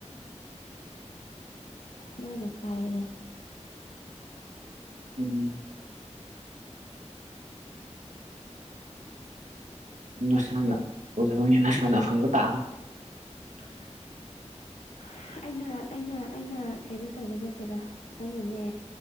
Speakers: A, on the left; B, on the right.
A: ꯂꯣꯏꯅ ꯀꯥꯏꯔꯦ
B: ꯎꯝ ꯅꯁꯥꯅ ꯑꯣꯏꯖꯕꯅꯤꯅ ꯅꯁꯥꯅ ꯐꯪꯕ ꯇꯥꯕꯅꯤ
A: <inaudible> ꯑꯩꯅ ꯑꯩꯅ ꯑꯩꯅ ꯀꯩꯅꯣ ꯇꯧꯕ ꯅꯠꯇꯦꯗ ꯅꯪꯅꯅꯦ